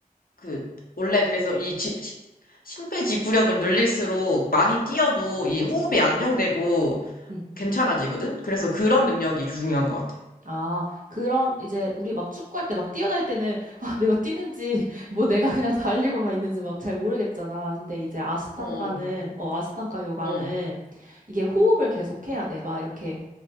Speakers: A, on the left; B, on the right.
A: 그, 원래 그래서 이 지- 시- 심폐지구력을 늘릴수록 많이 뛰어도 이 호흡이 안정되고
B: 응.
A: 괜찮아지거든? 그래서 그런 능력이 중요한 것 같아.
B: 아, 그럼 이제 우리 막 축구할 때 막 뛰어날 때는 아, 내가 뛰는지 <laughs> 뭐 내가 그냥 달리고만 있는지 막 잘 모르겠잖아. 근데 이제 아시탄가는
A: 어,
B: 어 아시탄가 요가는
A: 어,
B: 이게 호흡을 계속 해야 돼. 막 이렇게